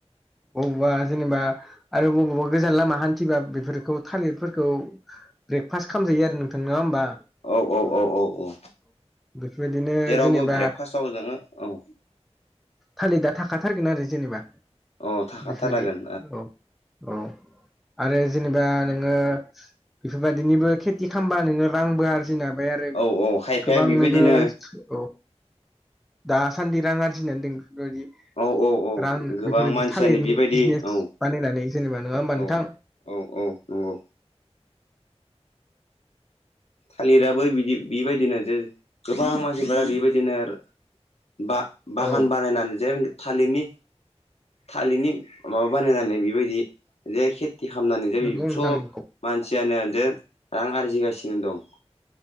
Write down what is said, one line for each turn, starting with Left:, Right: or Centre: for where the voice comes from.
Centre: बबावबा जेनेबा आरो बबावबा गोजान लामा हान्थिबा बेफोरखौ थालिरफोरखौ ब्रेकफास्ट खालामजायो आरो नों थों नङा होमबा
Left: औ औ औ औ औ
Centre: बेफोरबायदिनो
Left: जेरावबो
Centre: जेनेबा
Left: ब्रेकफास्टआव जोङो औ <inaudible>
Centre: थालिर दा थाखाथारगोन आरो जेनेबा
Left: औ थाखाथारागोन
Centre: बेफोरबायदि औ औ आरो जेनेबा नोङो बेफोरबायदिनिबो खेथि खालामबा नोङो रांबो आरजिनो आरो
Left: औ औ खायफाया
Centre: गोबां
Left: बेबायदिनो
Centre: नोङो औ दासान्दि रां आरजिनानै दं बेफोरबायदि
Left: औ औ औ
Centre: रां
Left: गोबां
Centre: बेफोरबायदि
Left: मानसियानो
Centre: थालिरनि
Left: बेबायदि
Centre: बिजनेस
Left: औ
Centre: बानायनानै जेनेबा नङा होमबा
Left: औ
Centre: नोंथां
Left: औ औ नंगौ थालिराबो बिदि बेबायदिनो जे गोबां मानसिफोरा बेबायदिनो आरो बा-बागान
Centre: औ
Left: बानायनानै जे थालिदनि थालिदनि माबा बानायनानै बेबायदि जेे के ति खामनानै जे बे
Centre: नंगौ नोंथां
Left: सब
Centre: नंगौ
Left: मानसियानो जे रां आरजिगासिनो दं।